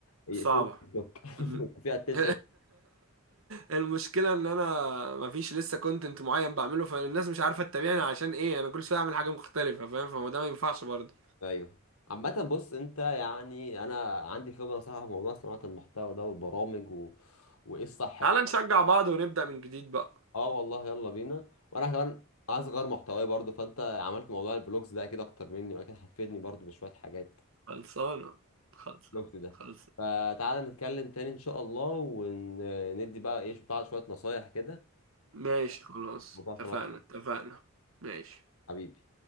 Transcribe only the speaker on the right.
صعبة
م.
<laughs> المشكلة ان انا مفيش لسه كونتنت معين بعمله فالناس مش عارفة تتابعني عشان ايه انا كل شوية اعمل حاجة مختلفة فاهم فما ده ما ينفعش برضه
تعال نشجع بعض ونبدأ من جديد بقى
خلصانة خلصانة
خلصانة
ماشي خلاص
اتفقنا
اتفقنا ماشي